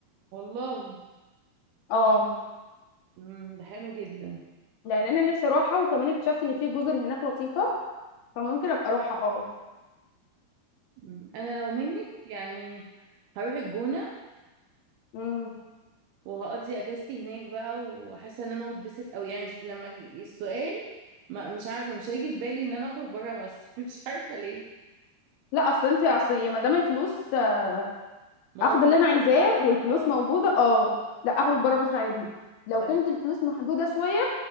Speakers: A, on the right; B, on the left.
A: والله
B: اه
A: مم. ده حلو جدا
B: لان انا نفسي اروحها وكمان اكتشفت ان في جزر هناك لطيفه فممكن ابقى اروحها اه
A: مم. انا لو منك يعني هروح الجونة
B: طب
A: وهقضي اجازتي هناك بقى وحاسة ان انا هتبسط او يعني لما أجي- السؤال ما مش عارفة مش هيجي في بالي ان انا اخرج بره مصر <laughs> مش عارفة ليه
B: لا اصل انت اصل يا مدام الفلوس آه،
A: موجودة
B: اخد اللي انا عايزاه والفلوس
A: اه
B: موجوده اه لا اخرج بره مصر عادي لو
A: صح
B: كانت الفلوس محدوده شويه